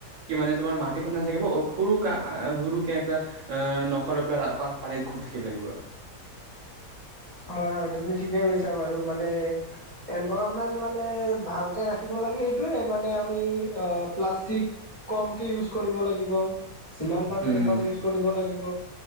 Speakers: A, on the right; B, on the left.
A: কি মানে তোমাৰ মাটিখন নাথাকিব অ' সৰুকে-সৰুকে এটা- আঁহ', ন'শ লৈ পেলাই পানীত ঘূট থাকিব লাগিব।
B: হয়-হয় তুমি ঠিকে কৈছা বাৰু। মানে এনভাৰনমেন্ট মানে ভাল- কে ৰাখিব লাগিলে এইটোয়ে মানে আমি অ' প্লাষ্টিক কমকে ইউজ কৰিব লাগিব। যিমান পাৰো
A: উম
B: পেপাৰ ইউজ কৰিব লাগিব